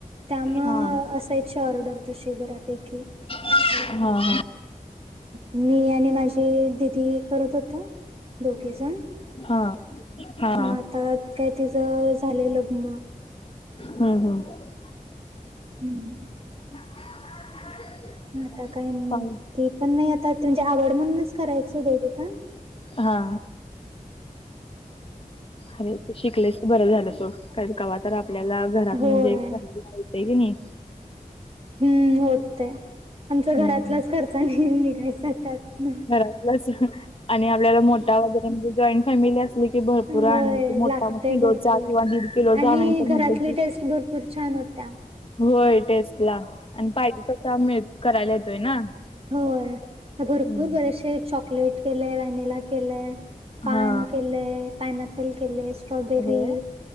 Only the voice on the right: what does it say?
त्यामुळं
असायची ऑर्डर तशी बऱ्यापैकी.
मी आणि माझी दिदी करत होतो. दोघ घीजण
मग आता काय तिच झालंय लग्न.
हम्म.
आता काय मग
ती पण नाही आता म्हणजे आवड म्हणूनच करायचं दोघी पण.
होय
हम्म. होतयं. आमच घरातलाच
खर्चा निघायचा त्यातन.
होय
लागतय
भरपूर
आणि
घरातली
टेस्ट भरपूर -- छान होता.
होय. तर भरपूर
बरेचसे चॉकलेट केले, व्हॅनिला केलंय. पान
केलयं, पायनॅपल केलयं, स्ट्रॉबेरी